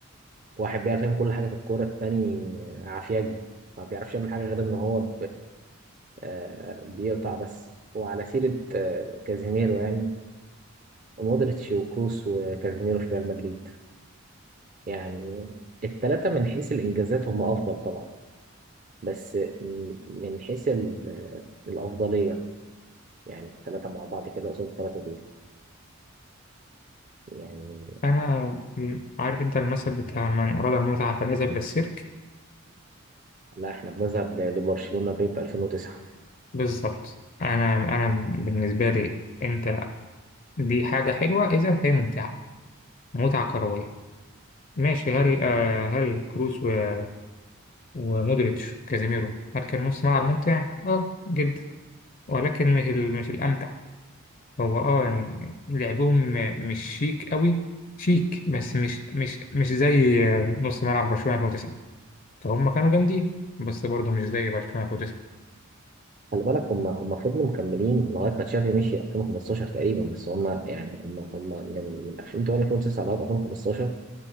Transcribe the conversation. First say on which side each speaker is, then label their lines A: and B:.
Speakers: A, on the right; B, on the left.
A: واحد بيعرف يعمل كل حاجه في الكوره التاني عافياجي ما بيعرفش يعمل حاجه غير ان هو آه، بيقطع بس وعلى سيرة آه، كازيميرو يعني مودريتش وكروس وكازيميرو في ريال مدريد يعني الثلاثة من حيث الإنجازات هم أفضل طبعا بس م- من حيث ال- الأفضلية يعني الثلاثة مع بعض كده قصاد الثلاثة دول يعني
B: أنا م- عارف أنت المثل بتاع من أراد المتعة فليذهب إلى السيرك
A: لا احنا بنذهب ل- لبرشلونة بيب 2009
B: بالظبط أنا أنا بالنسبة لي أنت دي حاجة حلوة إذا فهي ممتعة متعة كروية ماشي هل آه هل كروس و- ومودريتش كازيميرو هل كان نص ملعب ممتع؟ أه جدا ولكن مش ال- مش الأمتع هو أه يعني لعبهم مش شيك قوي شيك بس مش مش مش زي آه، نص ملعب برشلونة 2009 فهم كانوا جامدين بس برضه مش زي برشلونة 2009
A: خلي بالك هم هم فضلوا مكملين لغاية ما تشافي مشي 2015 تقريبا بس هم يعني هم هم من من 2008 2009 لغاية 2015